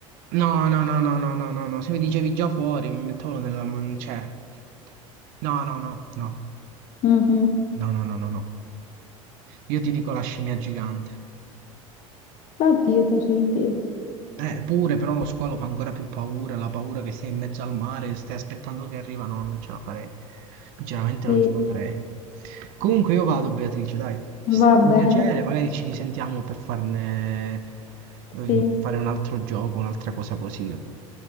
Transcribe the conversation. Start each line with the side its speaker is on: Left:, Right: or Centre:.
Right: No, no, no, no, no, no, no, no. Se mi dicevi già fuori, mi mettevo nella... Cioè, no, no, no, no,
Left: Mhm.
Right: no, no, no, no, no. no. Io ti dico la scimmia gigante.
Left: Oddio, terribile.
Right: Eh, pure, però lo squalo fa ancora più paura, la paura che sei in mezzo al mare, stai aspettando che arriva, no, non ce la farei. Sinceramente
Left: Sì,
Right: non ce la farei. Comunque io vado, Beatrice, dai, è stato
Left: va bene.
Right: un piacere, magari ci risentiamo per farne, eh, per
Left: Sì,
Right: fare un altro gioco, un'altra cosa così,